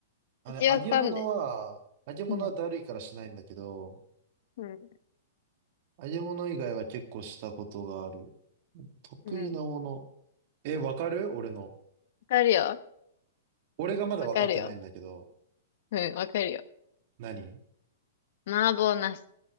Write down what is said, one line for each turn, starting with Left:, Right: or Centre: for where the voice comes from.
Right: あれ、
Left: うちわかんで。
Right: 揚げ物は、揚げ物はだるいからしないんだけど、
Left: うん。うん。
Right: 揚げ物以外は結構したことがある。得意なもの。
Left: うん。わ
Right: え、わかる俺の。
Left: かるよ。
Right: 俺がまだわかってないんだけど。
Left: わかるよ。うん、わかるよ。
Right: 何
Left: 麻婆茄子。